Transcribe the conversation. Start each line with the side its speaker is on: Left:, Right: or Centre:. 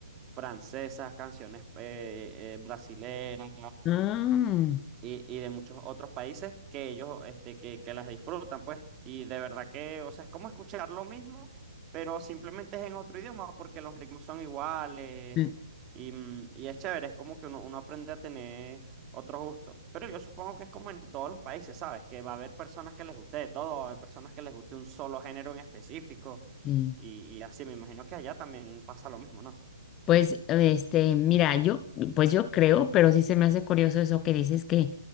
Right: francesas, canciones eh, eh, brasileras,
Left: Ah,
Right: y, y de muchos otros países que ellos, este, que, que las disfrutan, pues. Y de verdad que, o sea, es como escuchar lo mismo, pero simplemente es en otro idioma, porque los ritmos son iguales.
Left: mm,
Right: Y, mm, y es chévere, es como que uno, uno aprende a tener otros gustos. Pero yo supongo que es como en todos los países, ¿sabes? Que va a haber personas que les guste de todo, va a haber personas que les guste un solo género en específico.
Left: sí.
Right: Y, y así, me imagino que allá también pasa lo mismo, ¿no?
Left: Pues, este, mira, yo, pues yo creo, pero sí se me hace curioso eso que dices que,